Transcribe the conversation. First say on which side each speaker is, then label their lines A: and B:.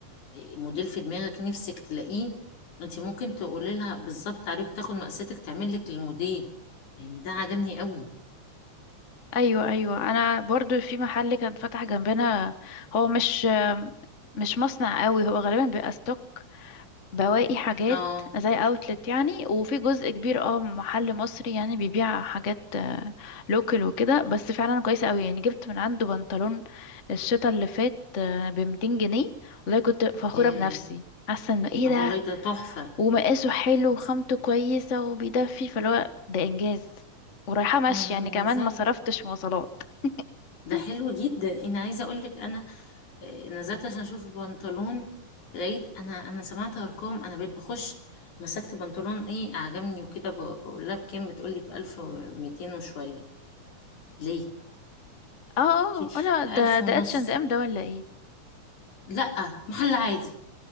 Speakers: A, on the left (about 75°); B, on the left (about 45°).
A: إيه، موديل في دماغك نفسك تلاقيه انت ممكن تقولي لها بالظبط عليه وتاخد مقاساتك تعمل لك الموديل يعني ده عجبني قوي
B: ايوه ايوه انا برضو في محل كان فتح جنبنا هو مش مش مصنع قوي هو غالبا بيبقى ستوك بواقي حاجات
A: اه
B: زي اوتلت يعني وفي جزء كبير اه محل مصري يعني بيبيع حاجات لوكال وكده بس فعلا كويسه قوي يعني جبت من عنده بنطلون الشتا اللي فات ب 200 جنيه والله كنت فخوره
A: ياه
B: بنفسي حاسه انه ايه
A: اه
B: ده
A: والله ده تحفة
B: ومقاسه حلو
A: انت-
B: وخامته كويسه وبيدفي فاللي هو ده انجاز ورايحه مشي
A: انا
B: يعني
A: نزلت
B: كمان ما صرفتش مواصلات
A: ده
B: <laughs>
A: حلو جدا انا عايزة اقولك انا آه، نزلت عشان اشوف بنطلون لقيت انا انا سمعت ارقام انا بقيت بخش مسكت بنطلون ايه عجبني وكده ب- بقول لها بكام بتقولي بألف وميتين وشوية ليه؟
B: اه اه
A: ليه؟
B: آه، لا ده
A: ألف ونص
B: ده اتش اند ام ده ولا ايه
A: لأ محل عادي